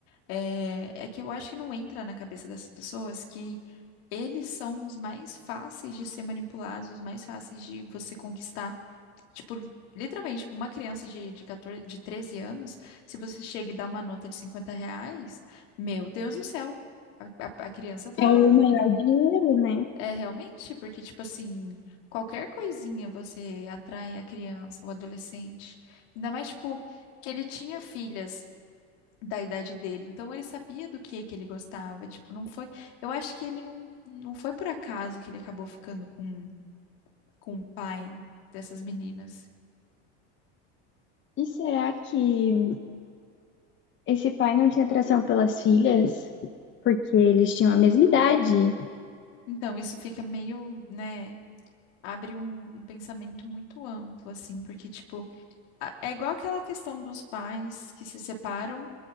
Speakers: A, on the left; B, on the left.
A: É, é que eu acho que não entra na cabeça dessas pessoas que eles são os mais fáceis de ser manipulados, os mais fáceis de você conquistar. Tipo, li- literalmente, tipo, uma criança de, de 14, de 13 anos, se você chega e dá uma nota de 50 reais, meu Deus do céu, a, a- a criança tá.
B: é o maior dinheiro, né?
A: É realmente, porque, tipo assim, qualquer coisinha você atrai a criança, o adolescente. Ainda mais, tipo, que ele tinha filhas da idade dele. Então ele sabia do que que ele gostava, tipo, não foi, eu acho que ele não, não foi por acaso que ele acabou ficando com com o pai dessas meninas.
B: E será que esse pai não tinha atração pelas filhas? Porque eles tinham a mesma idade.
A: Então isso fica meio, né, abre um, um pensamento muito amplo assim, porque tipo, a- é igual aquela questão dos pais que se separam